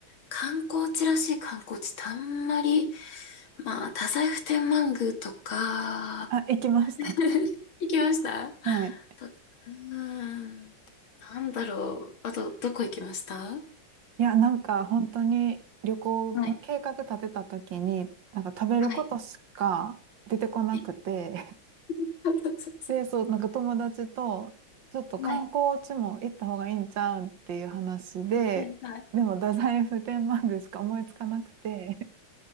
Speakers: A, on the left; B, on the right.
A: 観光地らしい観光地ってあんまり、まあ、太宰府天満宮とか、
B: あ、行きました。
A: <laughs> 行きました
B: はい。
A: と、うーん、なんだろう。あと、どこ行きました
B: いや、なんか本当に旅行の計画立てた時に、
A: はい。
B: なんか食べることしか出てこなくて、
A: はい。え <laughs>
B: <laughs> で、そう、なんか友達と、ちょっと観光地も行った方がいいんちゃうんっていう話で、
A: はい。はい。はい。
B: でも太宰府天満宮しか思いつかなくて、